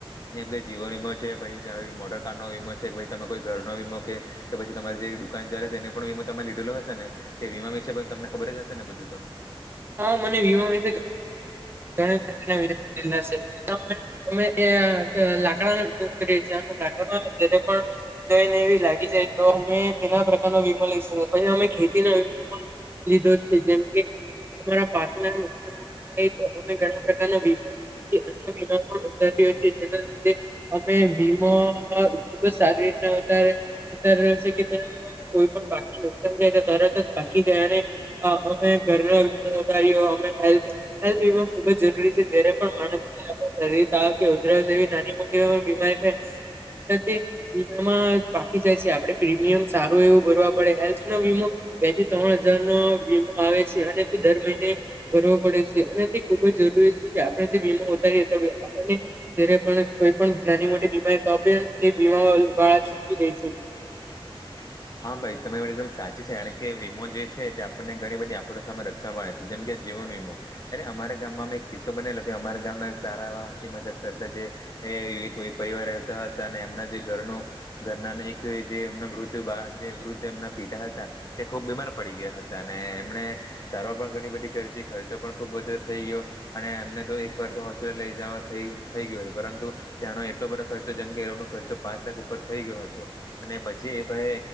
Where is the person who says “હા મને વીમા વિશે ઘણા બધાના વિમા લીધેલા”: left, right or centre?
Right